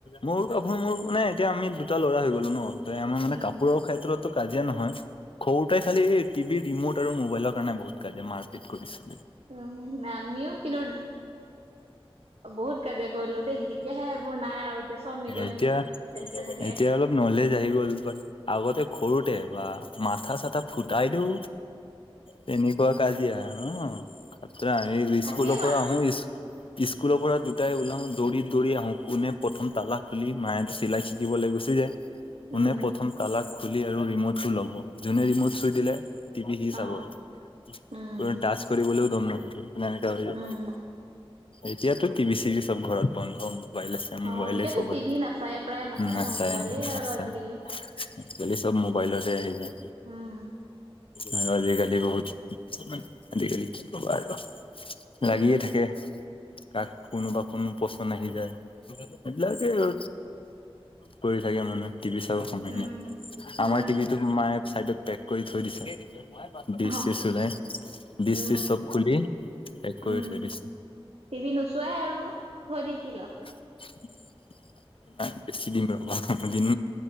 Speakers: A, on the left; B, on the right.
A: মোৰ আপোনাৰ মোৰ মানে এতিয়া আমি দুটা ল'ৰা হৈ গলো ন'। ত' আমাৰ মানে
B: উম
A: কাপোৰৰ ক্ষেত্ৰত কাজিয় নহয়, সৰুতে খালি এই টিভি ৰিমট আৰু মোবাইলৰ কাৰণে বহুত কাজিয়া মাৰপিট কৰিছোঁ।
B: উম, আমিও কিন্তু বহুত কাজিয়া কৰিলোঁ দেই এতিয়াহে এইবোৰ নাই আৰু এতিয়া চব নিজৰ
A: এতিয়া
B: নিজৰ থাকে
A: এতিয়া অলপ নলেজ আহিল। গল, আগতে সৰুতে বা মাথা চাথা ফুটাই দিও। তেনেকুৱা কাজিয়া অ'
B: থাকেই
A: স্কুলৰ
B: বাৰু
A: পৰা আহো স্কুলৰ পৰা দুটাই ওলাও দৌৰি দৌৰি আহো কোনে প্ৰথম তালা খুলি মায়টো চিলাই চিকি বলে গুচি যায়। কোনে
B: উম
A: প্ৰথম তালা খুলি আৰু ৰিমোটটো লব। যোনে ৰিমোট চুই দিলে টিভি সি চাব
B: অ
A: আৰু
B: উম
A: কোনো টাচ কৰিবলৈও দম নাথাকে। মানে এনেকা হৈ যায়।
B: উম
A: এতিয়াতো টিভি চিভি চব ঘৰত বন্ধ মোৰ। মবাইল আছে, মোবাইলে
B: অ এতিয়াতো
A: চবা,
B: টিভি নাচায় প্ৰায় নাচায়
A: নাচাই
B: ন মোবাইলেই
A: নাচাই।
B: আৰু আজিকালি
A: আজিকালি চব মোবাইলতে আহি যায়।
B: উম
A: আৰু আজিকালি বহুত, আজিকালি কি কবা আৰু।
B: উম
A: লাগিয়ে থাকে। কাক কোনোবা কোনো পচন্দ আহি যায়, সেইবিলাকে আৰু। কৰি থাকে মানে টিভিচ কৰোঁ সময়
B: উম
A: নাই। আমাৰ
B: উম
A: টিভিটো মায়ে চাইডত পেক কৰি থৈ দিছে। ডিছ
B: অ
A: চিছ ওলাই ডিছ
B: উম
A: চিছ চব খুলি পেক কৰি
B: উম
A: থৈ দিছে।
B: টিভি নোচোৱাই আৰু থৈ দি কি লাভ?
A: <inaudible> নাই বেছি দিম ৰবা। এদিন